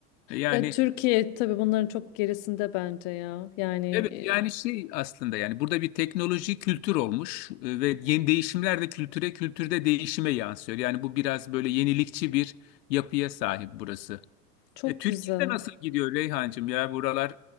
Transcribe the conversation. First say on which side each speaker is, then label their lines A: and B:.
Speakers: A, on the left; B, on the left.
A: E, Yani
B: Ya Türkiye tabii bunların çok gerisinde bence ya. Yani e,
A: evet yani şey aslında yani burada bir teknoloji kültür olmuş e, ve yeni değişimler de kültüre, kültürde değişime yansıyor. Yani bu biraz böyle yenilikçi bir yapıya sahip burası.
B: çok
A: E, Türkiye'de
B: güzel.
A: nasıl gidiyor Reyhancığım ya buralar